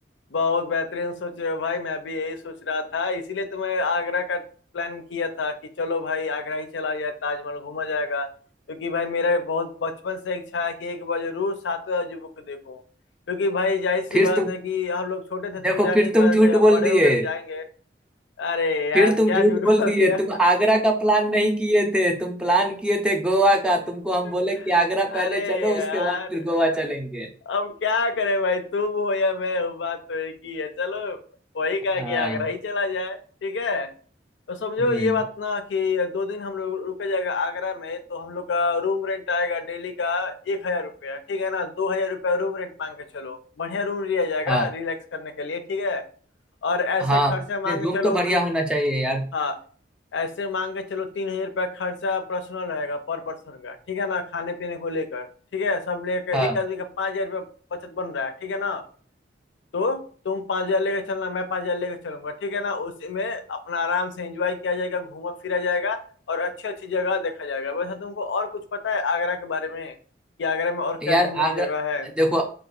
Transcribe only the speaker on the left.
बहुत बेहतरीन सोचे हो भाई मैं भी यही सोच रहा था इसीलिए तो मैं आगरा का प्लान किया था कि चलो भाई आगरा ही चला जाए ताजमहल घूमा जाएगा क्योंकि भाई मेरा बहुत बचपन से इच्छा है कि एक बार जरूर सातवें अजूबे को देखूं क्योंकि भाई जाहिर सी
बात
है कि हम लोग छोटे थे तो
जा नहीं
पाते
थे अब
बड़े
हो गए तो जाएंगे अरे यार
क्या
झूठ
बोल
दिया
<laughs>
अरे
यार
अब क्या करे भाई तुम हो या मैं हूँ बात तो एक ही है चलो वही कहा
कि आगरा ही चला जाए ठीक है तो समझो
ये बात ना कि दो दिन हम लोग रुके जाएगा आगरा में तो हम लोग का रूम रेंट आएगा डेली का एक हजार रुपया ठीक है ना दो हजार रुपया रूम रेंट मांग के चलो बढ़िया रूम लिया जाएगा
रिलैक्स करने के लिए ठीक है और ऐसे
खर्चा मांग
के
चलो
दो
हाँ ऐसे मान के चलो तीन हजार रुपया खर्चा पर्सनल रहेगा पर पर्सन का ठीक है ना खाने पीने को लेकर ठीक है सब लेकर एक
आदमी का पाँच हजार रुपया बचत बन रहा है ठीक है ना तो तुम पाँच हजार लेकर चलना मैं पाँच हजार लेकर चलूंगा ठीक है ना उसी में अपना आराम से एंजॉय किया जाएगा घूमा फिरा जाएगा और अच्छी अच्छी जगह देखा जाएगा वैसे तुमको और कुछ पता है आगरा के बारे में कि आगरा में और क्या
घूमने
की जगह है